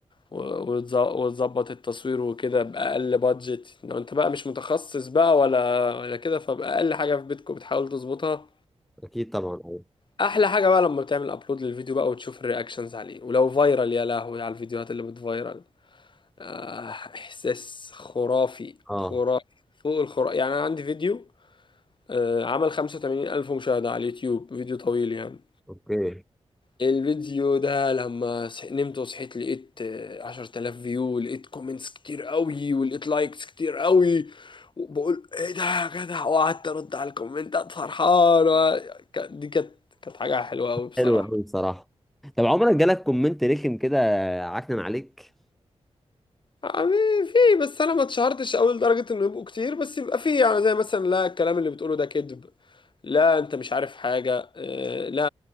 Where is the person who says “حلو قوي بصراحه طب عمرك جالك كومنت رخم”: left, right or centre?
Centre